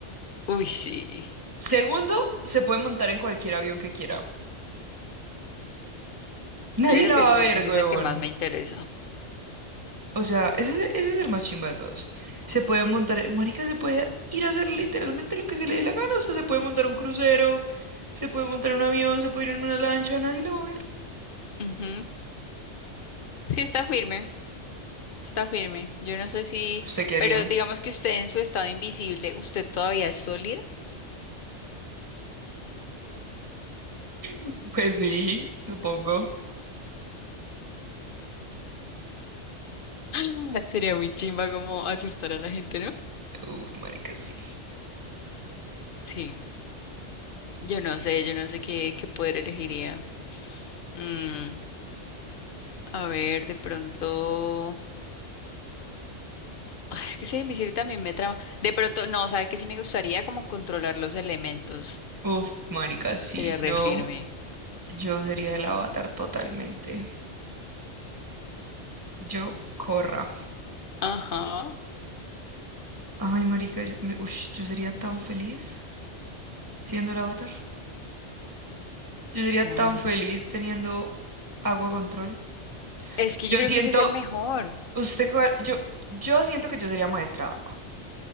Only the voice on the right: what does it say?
Segundo, se puede montar en cualquier avión que quiera. Nadie
la
va
a ver,
weón.
O sea, ese es, ese es el más chimba de todos. Se puede montar, marica, se puede ir a hacer literalmente lo que se le dé la gana. O sea, se puede montar un crucero, se puede montar un avión, se puede ir en una lancha, nadie la va a ver.
¿Usted qué haría?
<laughs> Pues sí, supongo.
Uf, marica, sí.
Uf, marica, sí.
Yo,
yo sería el avatar totalmente. Yo, Corra.
Ay, marica, yo, me- ush, yo sería tan feliz siendo el avatar. Yo sería
tan feliz teniendo agua control.
Yo
siento,
Usted, cuál- yo, yo siento que yo sería maestra agua,